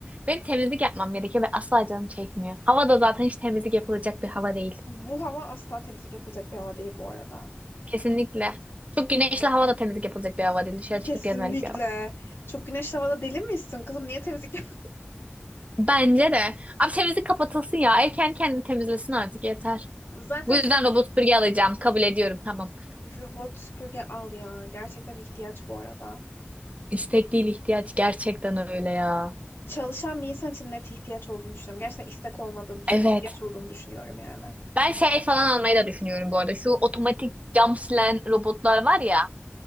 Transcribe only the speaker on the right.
Benim temizlik yapmam gerekiyor ve asla canım çekmiyor. Hava da zaten hiç temizlik yapılacak bir hava
değil.
Kesinlikle. Çok güneşli hava da temizlik yapılacak bir hava değil. Dışarı
çıkıp gezmelik bir
Bence de. Abi temizlik kapatılsın ya. Ev kendini temizlesin artık yeter.
Bu yüzden
robot süpürge alacağım. Kabul ediyorum tamam.
<laughs> İstek değil ihtiyaç gerçekten öyle ya.
Evet.
Ben şey falan almayı da düşünüyorum bu arada. Şu otomatik cam silen robotlar var ya.